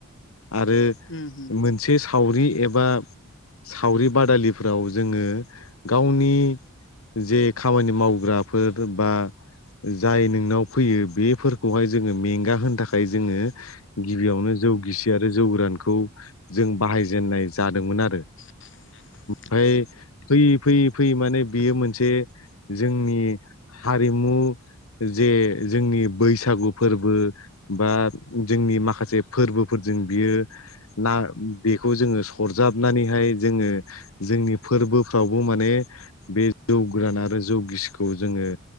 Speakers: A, on the left; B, on the left.
A: आरो
B: उम उम
A: मोनसे सावरि एबा सावरि बादालिफ्राव जोङो गावनि जे खामानि मावग्राफोर बा जाय नोंनाव फैयो बेफोरखौहाय जोङो मेंगा होनो थाखाय जोङो गिबियावनो जौ गिसि आरो जौ गोरानखौ जों बाहायजेननाय जादोंमोन आरो
B: <unintelligible>
A: आमफ्राय बै फैयै फैयै माने बियो मोनसे जोंनि हारिमु जे जोंनि बैसागु फोरबो बा जोंनि माखासे फोरबोफोरजों बियो ना बेखौ जोङो सरजाबनानैहाय जोङो जोंनि फोरबोफ्रावबो माने बे जौ गोरान आरो जौ गिसिखौ जोङो